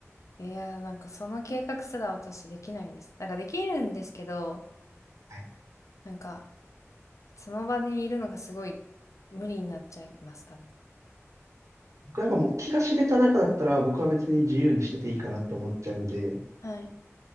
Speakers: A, on the left (about 85°); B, on the right (about 85°).
A: いや、なんかその計画すら私できないんです。なんかできるんですけど、
B: はい。
A: なんか、その場にいるのがすごい無理になっちゃいます、多分。
B: 僕なんかもう気が知れた中だったら僕は別に自由にしてていいかなって思っちゃうんで
A: はい。